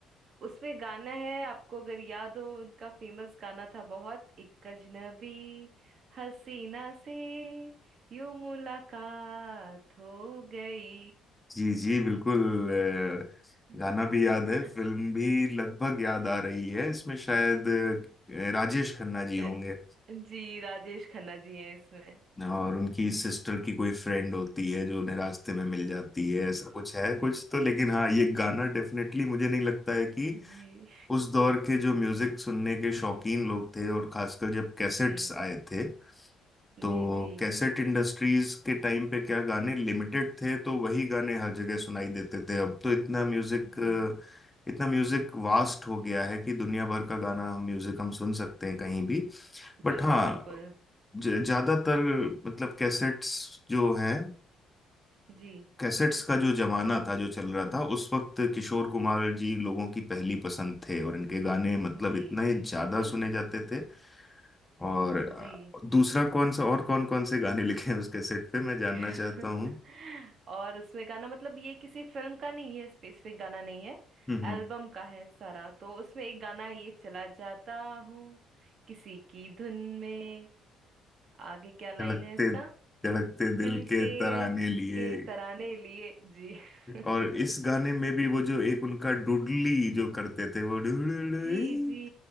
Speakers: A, on the right (about 55°); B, on the left (about 15°).
A: उसमें गाना है आपको अगर याद हो उनका फेमस गाना था बहुत एक अजनबी हसीना से यूं मुलाकात हो गई
B: जी जी बिल्कुल अ,
A: <laughs>
B: गाना भी याद है फिल्म भी लगभग याद आ रही है इसमें शायद अ, राजेश खन्ना जी होंगे
A: अ, जी राजेश खन्ना जी हैं इसमें
B: और उनकी सिस्टर की कोई फ्रेंड होती है जो उन्हें रास्ते में मिल जाती है ऐसा कुछ है कुछ तो लेकिन हाँ ये गाना डेफिनेटली मुझे नहीं लगता है कि
A: जी
B: उस दौर के जो म्यूजिक सुनने के शौकीन लोग थे और खासकर जब कैसेट्स
A: जी
B: आए थे तो
A: जी जी
B: कैसेट इंडस्ट्रीज के टाइम पे क्या गाने लिमिटेड थे तो वही गाने हर जगह सुनाई देते थे अब तो इतना म्यूजिक
A: जी
B: इतना म्यूजिक वास्ट हो गया है कि दुनिया भर का गाना हम म्यूजिक हम सुन सकते हैं कहीं भी बट
A: बिल्कुल
B: हाँ
A: बिल्कुल
B: ज- ज्यादातर मतलब कैसेट्स जो है
A: जी
B: कैसेट्स का जो जमाना था जो चल रहा था उस वक्त किशोर कुमार जी लोगों की पहली पसंद थे और इनके गाने मतलब
A: जी
B: इतने
A: जी
B: ज्यादा
A: बिल्कुल
B: सुने जाते थे और अ,
A: जी
B: दूसरा कौन सा और कौन कौन से गाने लिखे हैं उस कैसेट पे मैं जानना
A: <laughs>
B: चाहता हूँ
A: और उसमें गाना मतलब ये किसी फिल्म का नहीं है स्पेसिफिक गाना नहीं है
B: हम्म हम्म
A: एल्बम का है सारा तो उसमें एक गाना है ये चला जाता हूँ किसी की धुन में आगे क्या लाइन
B: धड़कते
A: है इसका
B: धड़कते दिल
A: दिल
B: के
A: के
B: तराने लिए
A: के तराने लिए जी <laughs>
B: और इस गाने में भी वो जो एक उनका डुडली जो करते थे वो डुडली
A: जी जी